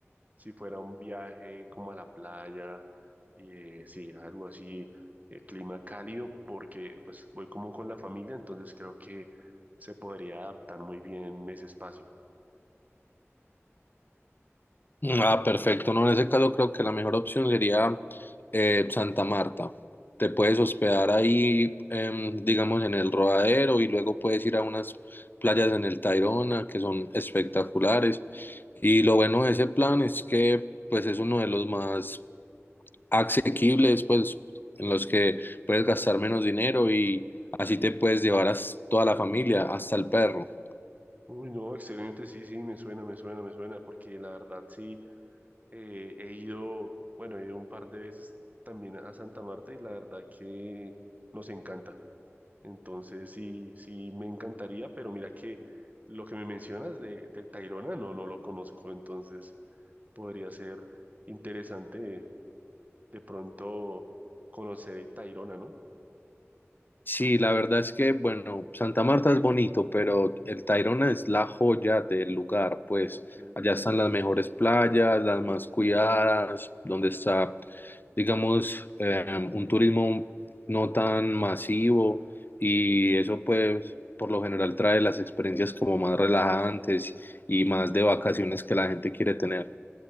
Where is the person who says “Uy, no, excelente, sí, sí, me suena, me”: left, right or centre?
Right